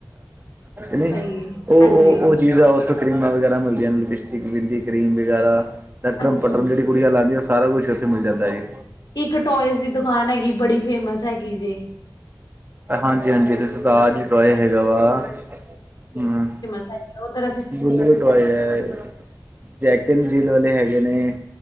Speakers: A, on the right; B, on the left.
A: ਨਹੀਂ
B: ਸਹੀ ਏ,
A: ਉਹ
B: ਹਾਂਜੀ।
A: ਉਹ ਚੀਜ਼ ਆ ਉੱਥੋਂ ਕਰੀਮਾਂ ਵਗੈਰਾ ਮਿਲਦੀਆਂ ਨੇ ਲਿਪਸਟਿਕ ਬਿੰਦੀ ਕਰੀਮ ਵਗੈਰਾ ਲਟਰਮ
B: ਅੱਛਾ
A: ਪਟਰਮ
B: ਜੀ,
A: ਜਿਹੜੀ ਕੁੜੀਆਂ ਲਾਉਂਦੀਆਂ ਸਾਰਾ ਕੁਛ ਉੱਥੇ ਮਿਲ ਜਾਂਦਾ ਏ।
B: ਇੱਕ ਟੋਇਜ਼ ਦੀ ਦੁਕਾਨ ਹੈਗੀ ਬੜੀ ਫੇਮਸ ਹੈਗੀ ਜੇ
A: ਹਾਂਜੀ ਹਾਂਜੀ ਇੱਥੇ ਸਰਤਾਜ ਟੁਆਏ ਹੈਗਾ ਵਾ ਹਮ
B: ਹਾਂਜੀ ਉ ਉਹਧਰ
A: ਗੁੱਲ ਦੇ ਟੋਏ ਏ ਜੈਕਨ ਜੀਲ ਵਾਲੇ ਹੈਗੇ ਨੇ